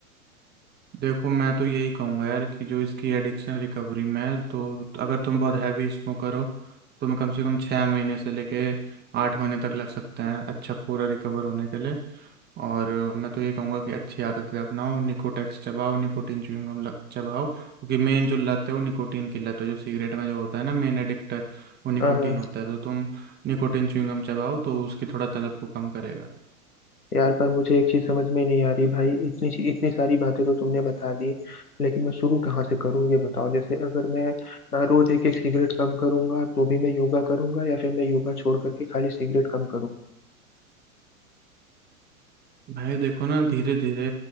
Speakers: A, on the right; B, on the left.
A: देखो मैं तो यही कहूँगा यार कि जो इसकी एडिक्शन रिकवरी में है, तो अगर तुम बहुत हैवी स्मोकर हो तो मैं कम से कम छः महीने से लेके आठ महीने तक लग सकते हैं अच्छा पूरा रिकवर होने के लिए और मैं तो यही कहूँगा कि अच्छी आदतें अपनाओ निकोटेक्स चबाओ निकोटीन च्युइंग गम चबाओ क्योंकि मेन जो लत है वो निकोटीन की लत है जो सिगरेट में जो होता है ना मेन एडिक्टर वो निकोटीन
B: हाँ हाँ
A: होता है तो तुम निकोटीन च्युइंग गम चबाओ तो उसकी थोड़ा तलब को कम करेगा
B: यार पर मुझे एक चीज समझ में नहीं आ रही भाई इतनी सी- इतनी सारी बातें तो तुमने बता दी लेकिन मैं शुरू कहाँ से करूँ ये बताओ जैसे अगर मैं अ, रोज एक एक सिगरेट कम करूंगा तो भी मैं योगा करूंगा या फिर मैं योगा छोड़ करके खाली सिगरेट कम
A: भाई देखो ना धीरे धीरे